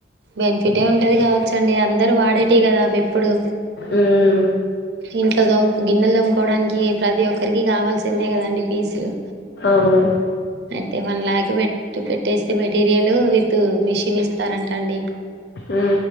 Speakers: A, on the right (about 70°); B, on the left (about 65°).
A: బెనిఫిటే ఉంటది కావచ్చండి అందరుూ వాడేటివి కదా అవి ప్పుడు
B: ఉమ్,
A: ఇంట్లో దోమ్ గిన్నెలు దోముకోడానికి ప్రతి ఒక్కరికి కావాల్సిందే కదండి ఫీజులు
B: అవును
A: అయితే వన్ ల్యాక్ పెట్ పెట్టేస్తే మెటీరియల్ విత్ మిషిన్ ఇస్తారంట అండి
B: ఉ